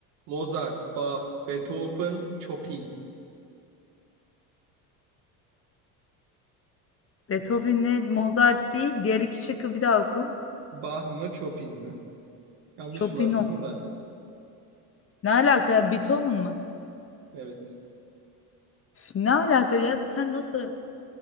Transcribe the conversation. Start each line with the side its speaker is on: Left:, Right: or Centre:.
Right: Mozart, Bach, Beethoven, Chopin.
Left: Beethoven'le Mozart değil diğer iki şıkkı bir daha oku.
Right: Bach mı, Chopin mi? Yanlış
Left: Chopin
Right: sulardasın
Left: ol.
Right: da.
Left: Ne alaka ya Beethoven mı?
Right: Evet.
Left: Ne alaka ya sen nasıl